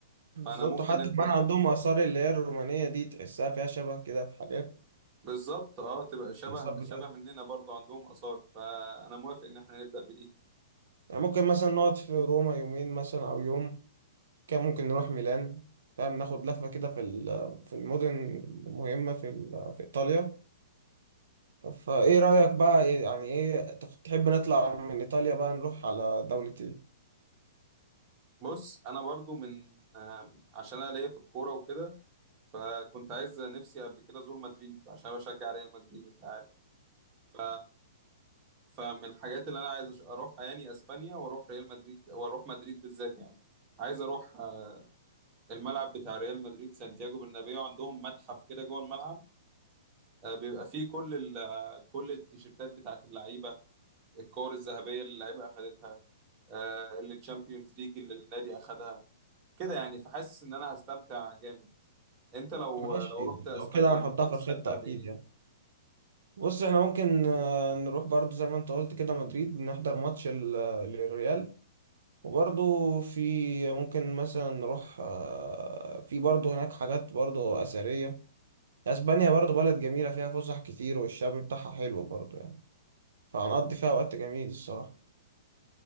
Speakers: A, on the right; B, on the right.
A: بالظبط
B: فانا ممكن
A: حتى
B: نبدا
A: كمان عندهم آثار اللي هي الرومانية دي تحسها فيها شبه كده في حاجات
B: بالظبط اه تبقى شبه
A: الآثار بتاعتها
B: شبه مننا برضو عندهم اثار فانا موافق ان احنا نبدا بدي
A: يعني ممكن مثلا نقعد في روما يومين مثلا أو يوم كان ممكن نروح ميلان فاهم ناخد لفة كده في ال- في المدن المهمة في ال- في إيطاليا فايه رأيك بقى إيه- يعني ايه تخ- تحب نطلع من ايطاليا بقى نروح على دولة ايه
B: بص انا برضو من آم، عشان انا ليا في الكوره وكده فكنت عايز نفسي قبل كده ازور مدريد عشان أنا بشجع ريال مدريد انت عارف ف فمن الحاجات اللي انا عايز أش- اروحها يعني اسبانيا واروح ريال مدريد واروح مدريد بالذات يعني عايز اروح آه، الملعب بتاع ريال مدريد سانتياغو برنابيو عندهم متحف كده جوه الملعب آه، بيبقى فيه كل ال... آه، كل التيشيرتات بتاعت اللعيبه الكور الذهبيه اللي اللعيبه اخدتها آه، اللي تشامبيونز ليج اللي النادي اخدها كده يعني فحاسس ان انا هستمتع جامد انت لو
A: ماشي
B: لو رحت اسبانيا
A: لو كده هنحطها
B: ممكن
A: في
B: تستمتع
A: الخطة
B: بايه
A: اكيد يعني بص احنا ممكن آه، نروح برضو زي ما انت قلت كده مدريد نحضر ماتش ال- للريال وبرضو في ممكن مثلا نروح آه، في برضو هناك حاجات برضو أثرية اسبانيا برضو بلد جميلة فيها فسح كتير والشعب بتاعها حلو برضو يعني فهنقضي فيها وقت جميل الصراحة